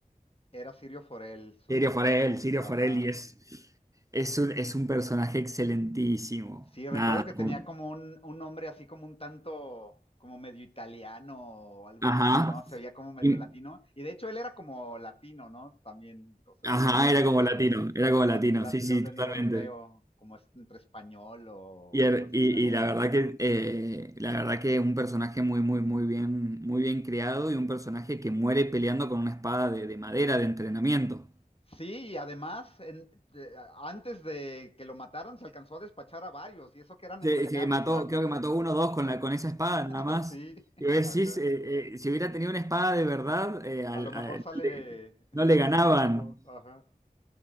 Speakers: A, on the left (about 40°); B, on the right (about 20°).
A: era Sirio Forel, su,
B: Sirio Forel, Sirio
A: ajá.
B: Forel, y es, es un, es un personaje excelentísimo.
A: Sí, recuerdo
B: Nada,
A: que tenía
B: como-
A: como un, un nombre así como un tanto, como medio italiano o algo
B: ajá,
A: así, ¿no? Se oía como medio
B: Y-
A: latino. Y de hecho él era como latino, ¿no? También, o sea,
B: ajá,
A: tenía algo así
B: era
A: como,
B: como latino, era
A: como
B: como latino,
A: lat- lat-
B: sí,
A: latinoeuropeo,
B: sí, totalmente.
A: como es- entre español o
B: Y, er-
A: algo así
B: y-
A: italiano.
B: y la verdad que eh, la verdad que un personaje muy muy muy bien muy bien creado y un personaje que muere peleando con una espada de, de madera de entrenamiento.
A: Sí, y además, en- de- antes de que lo mataran, se alcanzó a despachar a varios, y eso que eran
B: Se,
A: entrenados
B: se mató,
A: y eran
B: creo
A: muchos.
B: que mató uno o dos con la con esa espada
A: <laughs>
B: nada más.
A: Sí,
B: Y vos decís,
A: ajá.
B: eh, eh, si hubiera tenido una espada de verdad, eh, al-
A: A lo mejor
B: al-
A: sale,
B: no le,
A: <laughs>
B: no le ganaban.
A: sale vivo, ajá.